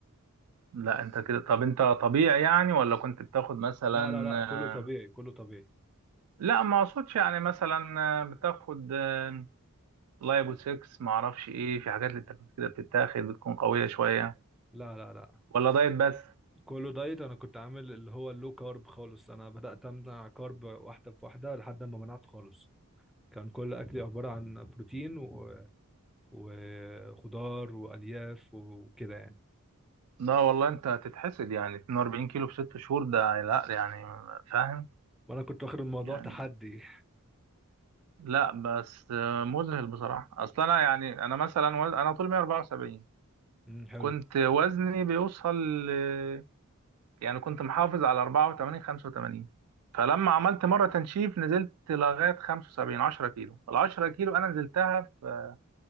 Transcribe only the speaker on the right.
لا انت كده طب انت طبيعي يعني ولا كنت بتاخد مثلا
آه،
لا ما اقصدش يعني مثلا آه، بتاخد آه، لايبو 6 ما اعرفش ايه في حاجات للتركيز كده بتتاخد بتكون قوية شوية
ولا دايت بس
لا والله انت هتتحسد يعني 42 كيلو في 6 شهور ده لا يعني فاهم
يعني
لا بس آه، مذهل بصراحة اصل انا يعني انا مثلا وز- انا طول 174
كنت وزني بيوصل ل- يعني كنت محافظ على 84 85 فلما عملت مرة تنشيف نزلت لغاية 75 10 كيلو ال 10 كيلو أنا نزلتها في